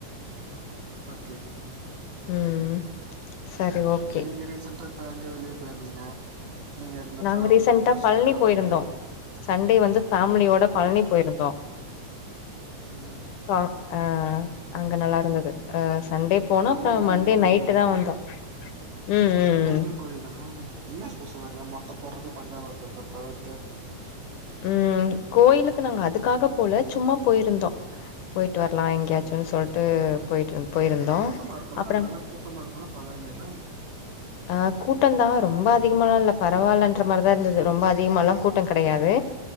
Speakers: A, on the right; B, on the left.
A: ஓகே
B: ம் சரி ஓகே
A: நீங்க ரீசண்ட்டா இப்ப எங்க வெளிய போயிருந்தீங்க நீங்க இந்த
B: நாங்க
A: டிராவல்லா
B: ரீசண்ட்டா
A: இன்ட்ரெஸ்ட்
B: பழனி
A: இருக்கா உங்களுக்கு
B: போயிருந்தோ சண்டே வந்து ஃபேமிலியோட பழனி போயிருந்தோ
A: ம்
B: சோ ஆ அங்க நல்லா இருந்தது அ சண்டே போனோ
A: பழனினா
B: அப்றோ மண்டே
A: முருகன்
B: நைட்டுதா
A: கோயில் தான
B: வந்தோ ம்
A: முருகன்
B: ம்
A: கோயில்தானா என்ன ஸ்பெஷல் அங்க மொட்ட போடறது பஞ்சாமிர்தத்த தவிர்த்து
B: ம் கோயிலுக்கு நாங்க அதுக்காக போல சும்மா போயிருந்தோ போய் ட்டு வர்லா எங்கேயாச்சுன் சொல்ட்டு போயிட்டு இருந் போயிருந்தோம்
A: கூட்டமா இருக்குல்ல
B: அப்பறம்
A: அங்கெல்லா கூட்டமா இருக்குல்ல பழனில
B: கு கூட்டம் தா ரொம்ப அதிகமல்லாம் இல்ல பரவாயில்லன்ற மாரிதா இருந்தது ரொம்ப அதிகமால்லா கூட்டம் கெடையாது